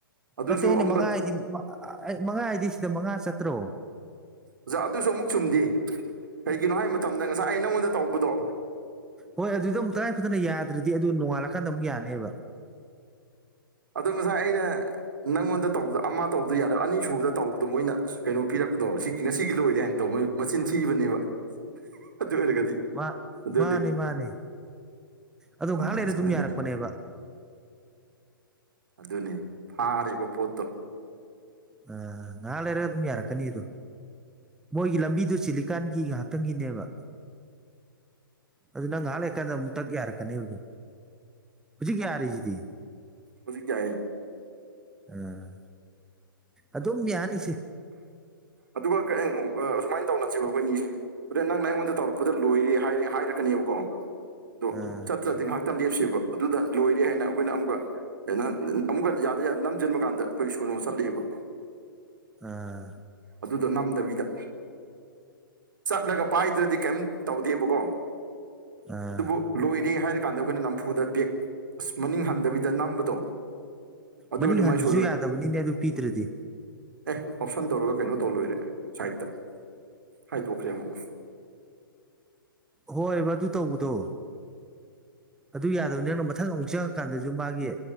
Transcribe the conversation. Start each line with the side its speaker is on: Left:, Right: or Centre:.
Right: ꯑꯗꯨꯁꯨ
Centre: ꯅꯠꯇꯦ ꯑꯩꯅ
Right: ꯑꯃꯨꯛꯀ
Centre: ꯃꯉꯥ ꯍꯥꯏꯗꯤꯛ ꯑꯩ ꯃꯉꯥ ꯍꯥꯏꯗꯤ ꯁꯤꯗ ꯃꯉꯥ ꯆꯠꯇ꯭ꯔꯣ
Right: ꯑꯣꯖꯥ ꯑꯗꯨꯁꯨ ꯑꯃꯨꯛ ꯆꯨꯝꯗꯦ ꯀꯩꯒꯤꯅꯣ ꯍꯥꯏꯕ ꯃꯇꯝꯗ ꯉꯁꯥꯏ ꯑꯩ ꯅꯪꯉꯣꯟꯗ ꯇꯧꯕꯗꯣ
Centre: ꯍꯣꯏ ꯑꯗꯨꯗ ꯑꯃꯨꯛ ꯇꯔꯥꯏ ꯐꯗꯅ ꯌꯥꯗ꯭ꯔꯗꯤ ꯑꯗꯨ ꯅꯣꯡꯉꯥꯜꯂꯀꯥꯟꯗ ꯑꯃꯨꯛ ꯌꯥꯅꯦꯕ
Right: ꯑꯗꯣ ꯉꯁꯥꯏ ꯑꯩꯅ ꯅꯪꯉꯣꯟꯗ ꯇꯧꯕꯗ ꯑꯃ ꯇꯧꯕꯗ ꯌꯥꯔꯥ ꯑꯅꯤꯁꯨꯕꯗ ꯇꯧꯕꯗꯣ ꯃꯣꯏꯅ ꯀꯩꯅꯣ ꯄꯤꯔꯛꯄꯗꯣ ꯁꯤꯒꯤ ꯉꯁꯤꯒꯤ ꯂꯣꯏꯔꯦ ꯍꯥꯏꯅ ꯇꯧꯕ ꯃꯣꯏ ꯃꯆꯤꯟ ꯊꯤꯕꯅꯦꯕ ꯑꯗꯨ ꯑꯣꯏꯔꯒꯗꯤ
Centre: ꯃꯥ
Right: ꯑꯗꯨꯗꯤ
Centre: ꯃꯥꯅꯦ ꯃꯥꯅꯦ ꯑꯗꯣ
Right: ꯆꯨꯝꯃꯦ
Centre: ꯉꯥꯏꯍꯥꯛ ꯂꯩꯔ
Right: ꯆꯨꯝꯃꯦ
Centre: ꯑꯗꯨꯝ
Right: ꯑꯗꯨꯅꯤ
Centre: ꯌꯥꯔꯛꯄꯅꯦꯕ
Right: ꯑꯗꯨꯅꯤ ꯐꯥꯔꯤꯕ ꯄꯣꯠꯇꯣ
Centre: ꯑ ꯉꯥꯏꯍꯥꯛ ꯂꯩꯔꯒ ꯑꯗꯨꯝ ꯌꯥꯔꯛꯀꯅꯤꯗꯣ ꯃꯣꯏꯒꯤ ꯂꯝꯕꯤꯗꯨ ꯆꯤꯂꯤꯀꯥꯟꯒꯤ ꯉꯥꯏꯍꯥꯛꯇꯪꯒꯤꯅꯦꯕ ꯑꯗꯨ
Right: ꯑꯗꯨꯅꯤ
Centre: ꯅꯪ ꯉꯍꯥꯛ ꯂꯩꯛꯀꯥꯟꯗ ꯑꯃꯨꯛ ꯇꯛ ꯌꯥꯔꯛꯀꯅꯦꯕꯗꯣ ꯍꯧꯖꯤꯛ ꯌꯥꯔꯤꯁꯤꯗꯤ
Right: ꯍꯧꯖꯤꯛ ꯀꯌꯦ
Centre: ꯑꯥ ꯑꯗꯨꯝ ꯌꯥꯅꯤꯁꯦ
Right: ꯑꯗꯨꯒ ꯀ ꯑꯨꯃꯥꯏꯅ ꯇꯧꯅꯁꯕ ꯑꯩꯈꯣꯏꯅꯤꯁꯦ ꯑꯗ ꯅꯪꯅ ꯑꯩꯉꯣꯟꯗ ꯇꯧꯔꯛꯄꯗ ꯂꯣꯏꯔꯦ ꯍꯥꯏꯔ ꯍꯥꯏꯔꯛꯀꯅꯦꯕꯀꯣ ꯑꯗꯣ
Centre: ꯑꯥ
Right: ꯆꯠꯇ꯭ꯔꯗꯤ ꯉꯥꯏꯍꯥꯛꯇ ꯈꯤꯇꯪ ꯂꯦꯞꯁꯦꯕ ꯑꯗꯨꯗ ꯂꯣꯏꯔꯦ ꯍꯥꯏꯅ ꯑꯩꯈꯣꯏꯅ ꯑꯃꯨꯛꯀ ꯑꯩꯅ ꯑꯃꯨꯛꯀ ꯌꯥꯗ ꯌꯥꯗꯦ ꯅꯝꯁꯤꯟꯕ ꯀꯥꯟꯗ ꯑꯩꯈꯣꯏ ꯁꯨꯅꯅꯨꯡ ꯆꯠꯂꯤꯦꯕ
Centre: ꯑꯥ
Right: ꯑꯗꯨꯗꯣ ꯅꯝꯗꯕꯤꯗ ꯆꯠꯂꯒ ꯄꯥꯏꯗ꯭ꯔꯗꯤ ꯀꯩꯝ ꯇꯧꯗꯦꯕꯀꯣ
Centre: ꯑꯥ
Right: ꯑꯗꯨꯕꯨ ꯂꯣꯏꯔꯦ ꯍꯥꯏꯔ ꯀꯥꯟꯗ ꯑꯩꯈꯣꯏꯅ ꯅꯝꯐꯨꯗ ꯕꯦꯛ ꯑꯁ ꯃꯅꯤꯡ ꯍꯟꯗꯕꯤꯗ ꯅꯝꯕꯗꯣ ꯑꯗꯨ
Centre: ꯃꯅꯤꯡ
Right: ꯑꯣꯏꯔꯗꯤ
Centre: ꯍꯟꯕꯁꯨ
Right: ꯃꯥꯏ ꯁꯣꯏꯔꯣꯏ
Centre: ꯌꯥꯗꯕꯅꯤꯅꯦ ꯑꯗꯨ ꯄꯤꯗ꯭ꯔꯗꯤ
Right: ꯑꯦ ꯑꯣꯞꯁꯟ ꯇꯧꯔꯒ ꯀꯩꯅꯣ ꯇꯧ ꯂꯣꯏꯔꯦ ꯁꯥꯏꯠꯇ ꯍꯥꯏꯗꯣꯛꯈ꯭ꯔꯦ ꯑꯃꯨꯛ
Centre: ꯍꯣꯏꯕ ꯑꯗꯨ ꯇꯧꯕꯗꯣ ꯑꯗꯨ ꯌꯥꯗꯕꯅꯤ ꯅꯪꯅ ꯃꯊꯪ ꯑꯃꯨꯛ ꯆꯪꯉꯀꯥꯟꯗꯁꯨ ꯃꯥꯒꯤ